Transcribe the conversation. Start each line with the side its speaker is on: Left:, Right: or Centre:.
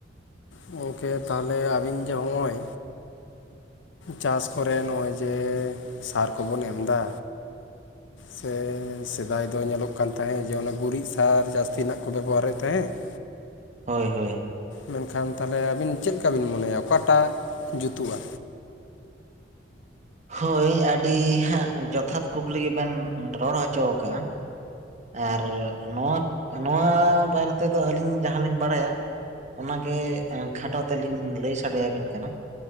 Left: ᱜᱚᱢᱠᱮ ᱛᱟᱦᱚᱞᱮ ᱟᱵᱤᱱ ᱡᱮ ᱦᱚᱜᱼᱚᱭ ᱪᱟᱥ ᱠᱚᱨᱮ ᱱᱚᱜᱼᱚᱭ ᱡᱮ ᱥᱟᱨ ᱠᱚᱵᱚᱱ ᱮᱢ ᱮᱫᱟ ᱥᱮ ᱥᱮᱫᱟᱭ ᱫᱚ ᱧᱮᱞᱚᱜ ᱠᱟᱱ ᱛᱟᱦᱮᱸᱫ ᱡᱮ ᱚᱱᱟ ᱜᱩᱨᱤᱡ ᱥᱟᱨ ᱡᱟᱹᱥᱛᱤ ᱱᱟᱜ ᱠᱚ ᱵᱮᱵᱚᱦᱟᱨᱮᱫ ᱛᱟᱦᱮᱸᱫ <inaudible>
Right: ᱦᱳᱭ ᱦᱳᱭ
Left: ᱢᱮᱱᱠᱷᱟᱱ ᱛᱟᱦᱚᱞᱮ ᱟᱵᱤᱱ ᱪᱮᱫ ᱞᱮᱠᱟ ᱵᱤᱱ ᱢᱚᱱᱮᱭᱟ ᱚᱠᱟᱴᱟᱜ ᱡᱩᱛᱩᱜᱼᱟ?
Right: ᱦᱳᱭ ᱟᱹᱰᱤ ᱦᱟᱸᱜ ᱡᱚᱛᱷᱟᱛ ᱠᱩᱠᱞᱤ ᱜᱮᱵᱮᱱ ᱨᱚᱲ ᱦᱚᱪᱚ ᱟᱠᱟᱫᱼᱟ᱾ ᱟᱨ ᱱᱚᱣᱟ ᱱᱚᱣᱟ ᱵᱟᱨᱮ ᱛᱮᱫᱚ ᱟᱹᱞᱤᱧ ᱡᱟᱦᱟᱸᱞᱤᱧ ᱵᱟᱲᱟᱭ-ᱟ᱾ ᱚᱱᱟᱜᱮ ᱠᱷᱟᱴᱚ ᱛᱮᱞᱤᱧ ᱞᱟᱹᱭ ᱥᱟᱰᱮ ᱟᱹᱵᱤᱱ ᱠᱟᱱᱟ